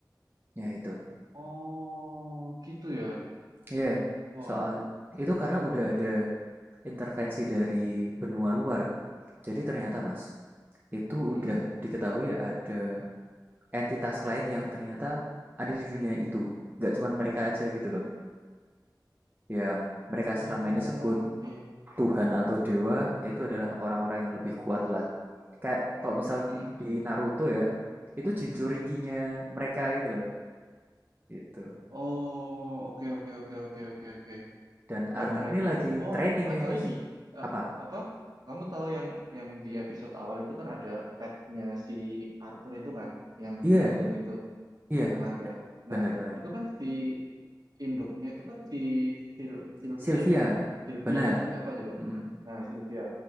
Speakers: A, on the right; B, on the right.
A: Ya itu.
B: Oh, gitu ya.
A: Ya, yeah,
B: Wah.
A: soal itu karena udah ada intervensi dari benua luar. Jadi ternyata Mas, itu
B: Hmm,
A: udah
B: hmm.
A: diketahui ada entitas lain yang ternyata ada di dunia itu. Nggak cuma mereka aja gitu loh. Yang mereka
B: Oh,
A: selama ini sebut
B: iya.
A: Tuhan atau dewa itu adalah orang-orang yang lebih kuat lah Kayak kalau misal
B: Hmm, mm
A: di Naruto ya, itu Jinchurikinya mereka gitu loh. Itu.
B: Oh, oke oke oke oke oke oke.
A: Dan
B: Dan
A: Arta
B: mereka
A: ini lagi
B: Oh,
A: training
B: atau
A: ini, Mas.
B: ini eh,
A: Apa?
B: apa? Kamu tahu yang yang di episode awal itu kan ada petnya si Arthur itu kan, yang
A: Iya,
B: dragon itu,
A: iya,
B: yang naga.
A: benar
B: Nah,
A: benar
B: itu kan si induknya itu kan si Sil Sylvia
A: Sylvia,
B: apa ya? Sylvia
A: benar
B: atau siapa gitu.
A: Mm-mm.
B: Nah, Sylvia.